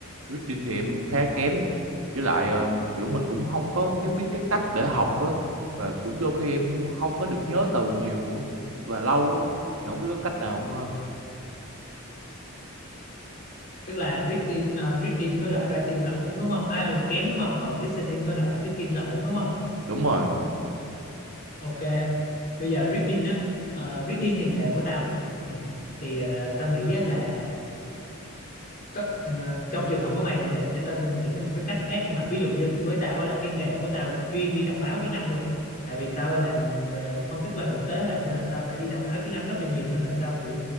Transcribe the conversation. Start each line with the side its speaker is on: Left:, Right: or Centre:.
Right: reading thì em khá kém với lại ờ, kiểu mình cũng không có cái biết cái cách để học á và cũng đôi khi em không có được nhớ từ nhiều á, và lâu á Thì không biết có cách nào không ha
Left: tức là reading ờ, reading với lại writing là ổn đúng không à, là kém đúng không còn listening với lại speaking là ổn đúng không
Right: đúng rồi
Left: ok bây giờ reading á ờ, reading thì nghề của tao ừ. thì ờ, tao nghĩ á là Có, ờ, trong trường hợp của mày thì để để tao nghĩ thêm một cái cách khác nhưng mà ví dụ như với tao á là cái nghề của tao là chuyên đi đọc báo tiếng Anh luôn tại vì tao làm về phân tích quan hệ quốc tế mà nên là tao phải đi đọc báo tiếng Anh rất là nhiều nên là tao kiểu